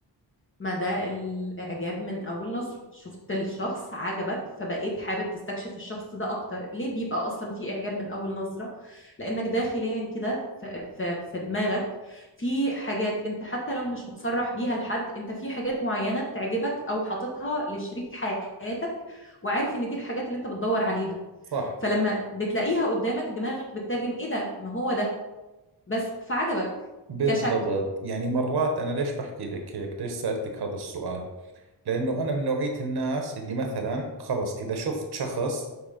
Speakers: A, on the left; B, on the right.
A: ما ده الإعجاب من أول نظرة شفت الشخص عجبك فبقيت حابب تستكشف الشخص ده أكتر ليه بيبقى أصلا في إعجاب من أول نظرة لأنك داخليا كده في, في, في دماغك في حاجات أنت حتى لو مش مصرح بيها لحد أنت في حاجات معينة بتعجبك أو حاططها لشريك حياتك وعارف إن دي الحاجات اللي أنت بتدور عليها
B: صح
A: فلما بتلاقيها قدامك دماغك بتترجم إيه ده ما هو ده بس فعجبك
B: بالضبط
A: كشكل
B: يعني مرات انا ليش بحكي لك هيك ليش سألتك هذا السؤال لانه انا من نوعية الناس اللي مثلا خلص اذا شفت شخص